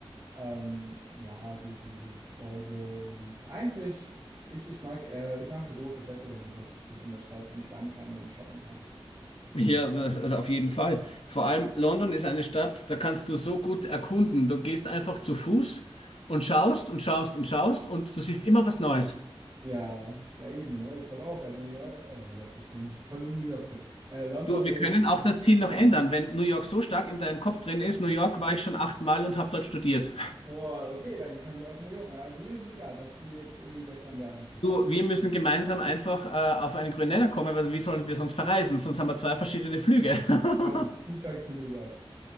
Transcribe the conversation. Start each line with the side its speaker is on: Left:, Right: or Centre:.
Right: ähm, ja, die, die, die Gebäude und eigentlich, ich, ich mag, äh, ich mag so große Städte, wenn man dort gut in der Stadt entspannen kann und shoppen kann.
Left: Ja, äh, auf jeden Fall. Vor allem London ist eine Stadt, da kannst du so gut erkunden. Du gehst einfach zu Fuß und schaust und schaust und schaust und du siehst immer was Neues.
Right: Ja, ja eben, ne? Ich glaube auch, also New York, äh, New York, ich bin voll im New York-Film. Äh, London
Left: Du, wir
Right: ist.
Left: können auch das Ziel noch ändern, wenn New York so stark in deinem Kopf drin
Right: <laughs>
Left: ist. New York war ich schon achtmal und habe dort studiert.
Right: Boah, okay, dann kann ich auch New York mal. Also mir ist es egal, was dir jetzt irgendwie besser in der Hand liegt.
Left: Du, wir müssen gemeinsam einfach äh, auf einen grünen Nenner kommen, weil wie sollen wir sonst verreisen? Sonst haben wir zwei verschiedene Flüge. <laughs>
Right: Komm, du zeigst mir New York.